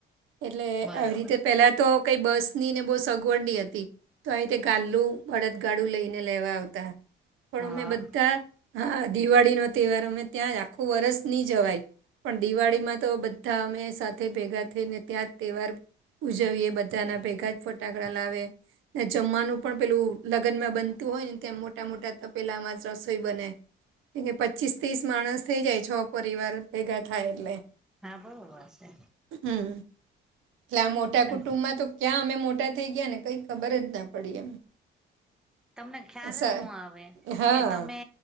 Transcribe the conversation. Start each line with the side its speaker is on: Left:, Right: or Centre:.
Right: એટલે
Centre: બરોબર
Right: આવી રીતે પેલા તો કઈ બસની ને બહુ સગવડ ની હતી. તો આવી રીતે ગાદલું બળદગાડું લઈને લેવા આવતા, પણ
Centre: હા
Right: અમે બધા હા, દિવાળીનો તહેવાર અમે ત્યાં જ આખું વર્ષ નહી જવાય. પણ દિવાળી માં તો બધા અમે સાથે ભેગા થઈને ત્યાં જ તહેવાર ઉજવીએ. બધાના ભેગા જ ફટાકડા લાવે. ને જમવાનું પણ પેલું લગ્નમાં બનતું હોય ને તેમ મોટા -મોટા તપેલામાં જ રસોઈ બને. કેમકે પચીસ ત્રીસ માણસ થઇ જાય. છ પરિવાર ભેગા થાય એટલે.
Centre: હા, બરોબર છે.
Right: હમ એટલે આ મોટા
Centre: અને
Right: કુટુંબમાં તો ક્યાં અમે મોટા થઈ ગયા ને કંઈ ખબર જ ના પડી એમ.
Centre: તમને ખ્યાલ
Right: અસ
Centre: જ ન આવે
Right: હા
Centre: કે તમે